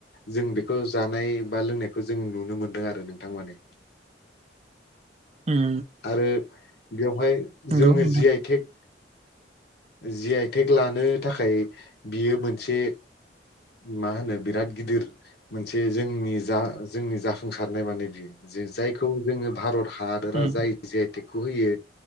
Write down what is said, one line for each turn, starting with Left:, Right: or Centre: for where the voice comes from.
Left: जों बेखौ जानाय बा लोंनायखौ जों नुनो मोनदों आरो नोंथां माने।
Right: उम
Left: आरो बेवहाय जोङो
Right: नंगौ नोंथां
Left: G I tech G I tech लानो थाखाय बियो मोनसे मा होनो बिराद गिदिर मोनसे जोंनि जा जोंनि जाफुंसारनाय माने बियो जे जायखौ जोङो भारत हादरा
Right: उम
Left: जाय जि आइ टेकखौ होयो